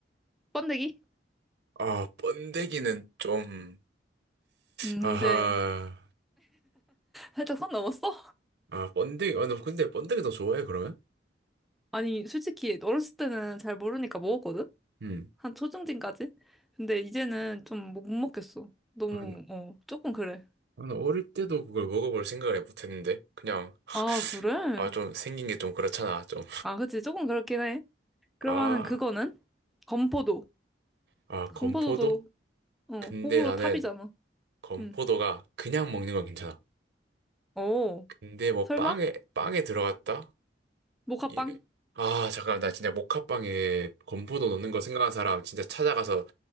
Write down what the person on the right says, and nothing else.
아, 번데기는 좀,
아하,
아, 번데기, 아, 너 근데 번데기 더 좋아해, 그러면?
음.
아, 나는
어릴 때도 그걸 먹어볼 생각을 못 했는데, 그냥,
아, 좀 생긴 게 좀 그렇잖아, 좀.
아,
아,
건포도?
근데
나는
건포도가
그냥 먹는 건 괜찮아.
근데 뭐
빵에, 빵에 들어갔다?
이래. 아, 잠깐만, 나 진짜 모카빵에 건포도 넣는 거 생각한 사람 진짜 찾아가서,